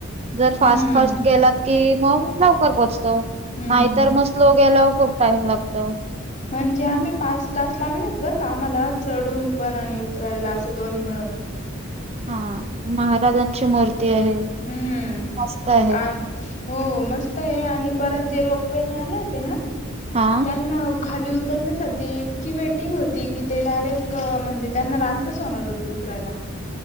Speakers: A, on the right; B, on the left.
A: जर फास्ट
B: हम्म
A: फास्ट गेलात. कि मग लवकर पोहोचतो
B: हम्म
A: नाहीतर
B: हम्म
A: मग स्लो गेल्यावर खूप टाइम लागत.
B: म्हणजे आम्ही पाच तास लागलेत बरं का, आम्हाला चढून पण आणि उतरायला असं दोन्ही मिळून. ह
A: हा महाराजांची मूर्ती. आहे
B: हम्म
A: मस्त आहे
B: अ हो मस्त आहे, आणि. परत जे रोपवेने आले होते, ना
A: हा
B: त्यांना. खाली उतरण्यासाठी इतकी वेटिंग होती की, ते डायरेक्ट म्हणजे त्यांना रात्रच होणार होती. चला